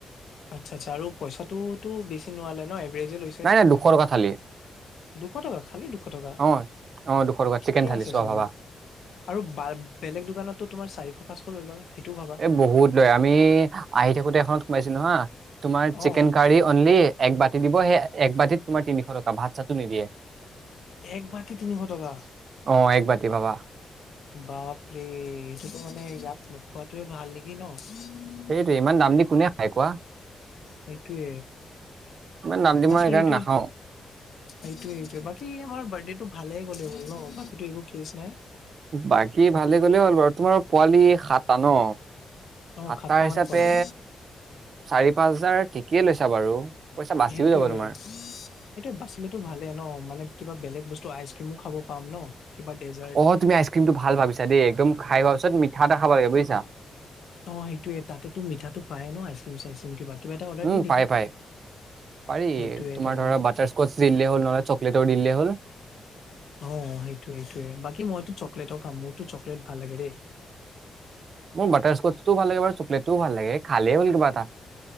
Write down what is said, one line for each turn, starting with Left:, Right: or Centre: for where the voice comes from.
Left: আচ্ছা আচ্ছা আৰু পইচাতো তো বেছি লোৱা নাই ন। এভাৰেজে লৈছে
Right: নাই নাই দুশ টকা থালি।
Left: দুশ টকা খালি দুশ টকা
Right: অ অ দুশ টকা
Left: ঠিকে
Right: চিকেন থালি
Left: আছে
Right: চোৱা
Left: চোন।
Right: ভাবা
Left: আৰু বা বেলেগ দোকানতো তোমাৰ চাৰিশ পাঁচশ লৈ লয় সেইটোও ভাবা।
Right: এই বহুত লয় আমি আহি থাকোতে এখনত সোমাইছিলো হা তোমাৰ
Left: অ
Right: চিকেন কাৰি অনলি, এক বাতি দিব সেই এক বাতিত তোমাৰ তিনিশ টকা ভাত চাতো নিদিয়ে।
Left: এক বাতি তিনিশ টকা।
Right: অ এক বাতি ভাবা
Left: বাপৰে এইটোতো মানে ইয়াত নোখোৱাতোয়ে ভাল নেকি ন?
Right: সেইটোৱে ইমান দাম দি কোনে খাই কোৱা
Left: সেইটোয়ে
Right: ইমান দাম দি
Left: বাকী
Right: মই সেইকাৰণে
Left: এইটোয়ে।
Right: নাখাওঁ।
Left: এইটোয়ে এইটোৱে বাকী আমাৰ বাৰ্থডেটো ভালেই গ'লে হ'লে ন বাকী তো একো কেচ নাই।
Right: বাকী ভালে গ'লে হ'ল বাৰু তোমাৰ পোৱালি সাতটা ন।
Left: অ
Right: সাতটা হিচাপে
Left: মান পোৱালি
Right: চাৰি পাঁচ হাজাৰ ঠিকেই লৈছা বাৰু। পইচা বাচিও
Left: সেইটোয়ে।
Right: যাব তোমাৰ
Left: সেটো বাচিলেতো ভালে ন কিবা বেলেগ বস্তু আইচ ক্ৰীমো খাব পাম ন। কিবা ডেজাৰ্ট
Right: অ তুমি আইচক্ৰীমটো ভাল ভাবিছা দেই একদম খাই হোৱাৰ পিছত মিঠা এটা খাব লাগে বুজিছা।
Left: অ সেইটোৱেই তাতেটো মিঠাটো পায়েই ন আইচ ক্ৰীম চাইচ ক্ৰীম কিবা। কিবা এটা অৰ্ডাৰ
Right: উম
Left: দি দিম
Right: পাই পাই পাৰি
Left: সেইটোয়ে
Right: তোমাৰ
Left: তেনে
Right: ধৰা বাটাৰ, কচ দিলে হল নহলে চকলেটও দিলে হ'ল।
Left: অ সেইটোয়ে সেইটোয়ে বাকী মইতো চকলেটো খাম মোৰতো চকলেট ভাল লাগে দেই।
Right: মোৰ বাটাৰ স্কচটোও ভাল লাগে চকলেটোও ভাল লাগে খালে হল কিবা এটা।